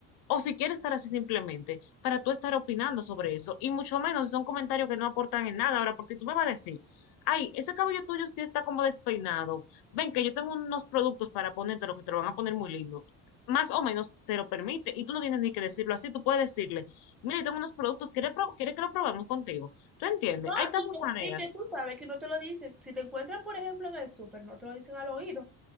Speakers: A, on the left; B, in the centre.
A: O si quiere estar así simplemente, para tú estar opinando sobre eso. Y mucho menos si son comentarios que no aportan en nada. Ahora, porque tú me vas a decir, ay, ese cabello tuyo sí está como despeinado ven que yo tengo unos productos para ponerte, lo que te lo van a poner muy lindo. Más o menos se lo permite y tú no tienes ni que decirlo así, tú puedes decirle, mire, tengo unos productos, ¿quieres, pro- quieres que lo probemos contigo? ¿Tú entiendes?
B: No,
A: Hay tantas
B: y que,
A: maneras,
B: y que tú sabes que no te lo dicen. Si te encuentran, por ejemplo, en el súper, no te lo dicen al oído.